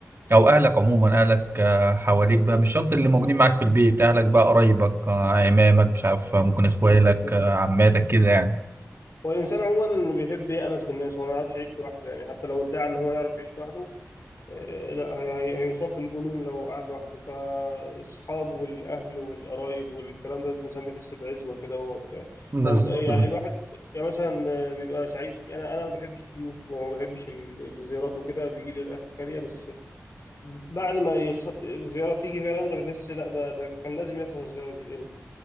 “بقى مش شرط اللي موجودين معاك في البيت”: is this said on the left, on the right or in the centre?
Right